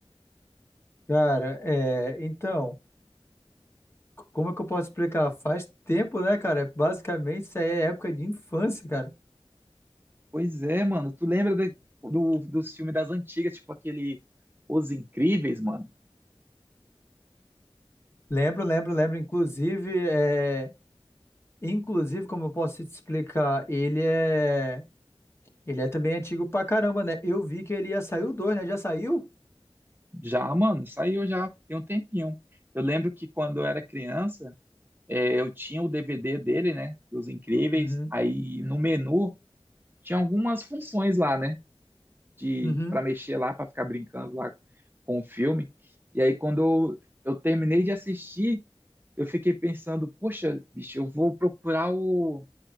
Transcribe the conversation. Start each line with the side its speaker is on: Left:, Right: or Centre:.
Left: Cara, é, então, como é que eu posso explicar? Faz tempo, né, cara? Basicamente, isso aí é época de infância, cara.
Right: Pois é, mano. Tu lembra da- do, dos filmes das antigas, tipo aquele Os Incríveis, mano?
Left: Lembro, lembro, lembro. Inclusive, é, inclusive, como eu posso te explicar, ele é, ele é também antigo pra caramba, né? Eu vi que ele ia sair o 2, né? Já saiu?
Right: Já, mano, saiu já tem um tempinho. Eu lembro que quando eu era criança, é, eu tinha o DVD dele, né? Dos Incríveis.
Left: Uhum.
Right: Aí no menu tinha algumas funções lá, né? De,
Left: Uhum.
Right: para mexer lá, para ficar brincando lá com o filme. E aí quando eu, eu terminei de assistir, eu fiquei pensando, poxa, bicho, eu vou procurar o,